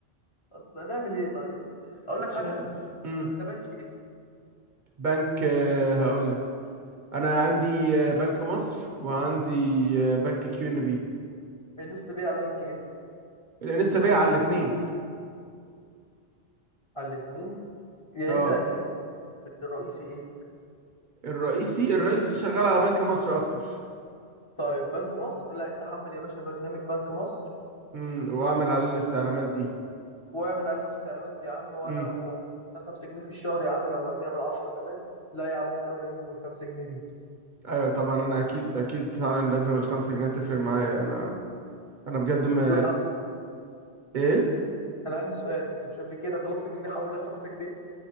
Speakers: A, on the left (about 30°); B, on the right (about 55°).
A: اصل هنعمل ايه طيب اقول
B: مش
A: لك حاجة
B: عارف امم
A: انت بنك ايه
B: بنك هقول لك انا عندي آه، بنك مصر وعندي آه، بنك كيو ان بي
A: انستا باي على بنك ايه
B: الانستا باي على الاتنين
A: على الاتنين يعني
B: اه
A: انت اللي بت- الرئيسي ايه
B: الرئيسي الرئيسي شغال على بنك مصر اكتر
A: طيب بنك مصر لا انت حمل يا باشا برنامج بنك مصر
B: امم واعمل عليه الاستعلامات دي
A: واعمل عليه الاستعلامات يا عم ولا
B: امم
A: وفقنا 5 جنيه في الشهر يا عم لو هتعمل 10 كمان لا يا عم انت ولا يوم ال 5 جنيه دي
B: ايوه طبعا انا اكيد اكيد فعلا لازم الخمسة جنيه تفرق معايا انا انا بجد ما
A: ايوه يا عم
B: ايه
A: انا عندي سؤال انت مش قبل كده طلبت مني احول لك 5 جنيه